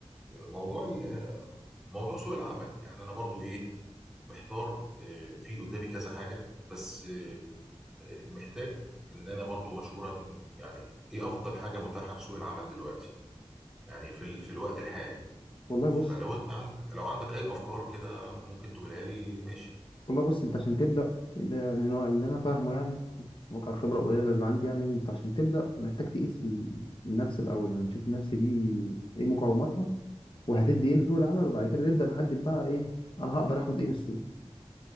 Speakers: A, in the centre; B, on the left.
A: آه، موضوع ال- موضوع سوق العمل يعني انا برضه ايه محتار آه، في قدامي كذا حاجه بس آه، محتاج ان انا برضه مشوره ان يعني ايه افضل حاجه متاحه في سوق العمل دلوقتي يعني في ال- في الوقت الحالي
B: والله
A: فلو
B: بص
A: انت عند لو عندك اي افكار كده ممكن تقولها لي ماشي
B: والله بص انت عشان تبدا اللي يعني اللي انا فاهمه يعني واقع الخبره القليله اللي عندي يعني انت عشان تبدا محتاج تقيس ال- النفس الاول يعني نشوف النفس دي ايه مقاوماتها وهتدي ايه لسوق العمل وبعد كده نبدا نحدد بقى ايه انا هقدر اخد ايه من السوق